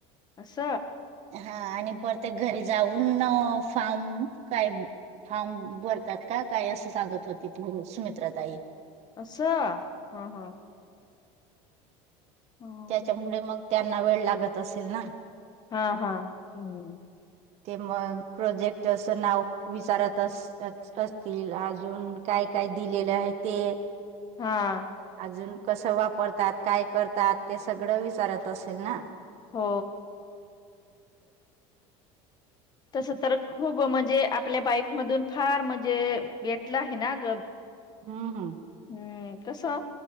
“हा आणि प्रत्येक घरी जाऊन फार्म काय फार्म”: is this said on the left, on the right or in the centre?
Right